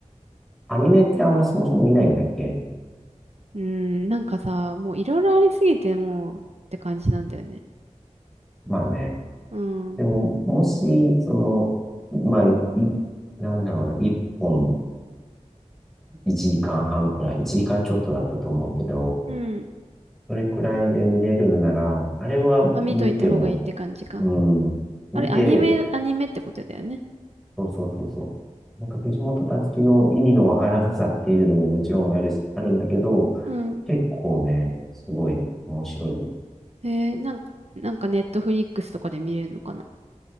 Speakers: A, in the centre; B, on the right (about 55°).
A: アニメってあんまそもそも見ないんだっけ
B: うん、なんかさ、もういろいろありすぎてもうって感じなんだよね。
A: まあね。
B: うん。
A: でも、もし、その、まあ、い、なんだろうな、本1時間半くらい、1時間ちょっとだったと思うけど、
B: うん。
A: それくらいで見れるんなら、あれは見ても、
B: まあ、見といた方がいいって感じか。
A: うん、見て、
B: あれ、アニメ、アニメってことだよね。
A: そうそうそうそう。なんか藤本つ樹の意味のわからなさっていうのももちろんあるし、あるんだけど、
B: うん。
A: 結構ね、すごい面白いよ。
B: えー、なんか、なんかネットフリックスとかで見れるのかな。